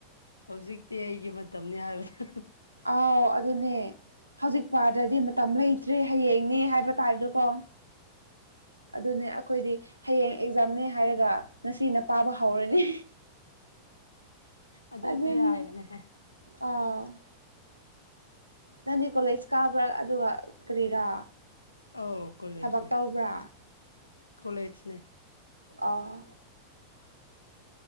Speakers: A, on the left (about 80°); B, on the right (about 85°).
A: ꯍꯧꯖꯤꯛꯇꯤ ꯑꯩꯒꯤ ꯃꯇꯝꯅꯤ ꯍꯥꯏꯕꯗ
B: ꯑꯥꯎ ꯑꯗꯨꯅꯦ ꯍꯧꯖꯤꯛ ꯄꯥꯗ꯭ꯔꯗꯤ ꯇ ꯂꯩꯇ꯭ꯔꯔꯤ ꯍꯌꯦꯡꯅꯦ ꯍꯥꯏꯕ ꯇꯥꯏꯞꯇꯣꯀꯣ ꯑꯗꯨꯅꯦ ꯑꯩꯈꯣꯏꯗꯤ ꯍꯌꯦꯡ ꯑꯦꯛꯖꯥꯝꯅꯦ ꯍꯥꯏꯔꯒ ꯉꯁꯤꯅ ꯄꯥꯕ ꯍꯧꯔꯅꯤ
A: ꯑꯗꯨꯁꯨ
B: ꯑꯗꯨꯅꯤ
A: ꯌꯥꯏꯅꯦ
B: ꯑꯥꯎ ꯅꯪꯗꯤ ꯀꯣꯂꯦꯖ ꯀꯥꯕ꯭ꯔꯥ ꯑꯗꯨꯒ ꯀꯔꯤꯔꯥ
A: ꯑꯥꯎ ꯀꯣꯂꯦꯖꯅꯦ
B: ꯊꯕꯛ ꯇꯧꯕ꯭ꯔꯥ
A: ꯀꯣꯂꯦꯖꯅꯦ
B: ꯑꯥ